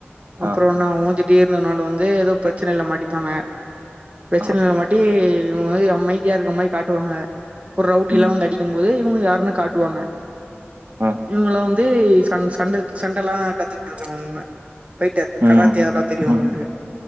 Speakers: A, on the right; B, on the right.
A: அப்புற
B: ஆ
A: நா ஊங்கிட் இருனனால் வந்து ஏதோ பிரச்சனைல மாட்டிப்பாங்க பிரச்சினைல
B: ஆ
A: மாட்டி இவங்கமாறி அமைதியா இருக்க மாறி காட்டுவாங்க ஒரு ரவுடி
B: ம்
A: எல்லா வந்து அடிக்கும் போது இவுங்க யாருன்னு காட்டுவாங்க
B: ஆ
A: இவங்களா வந் ந்து சண் சண்ட சண்டெல்லா கத்துக்கிட்டு இருக்கவங்க ஃபைட்டர்
B: ம்
A: கராத்தே எல்லா தெரியு அவனுளுக்கு
B: ம்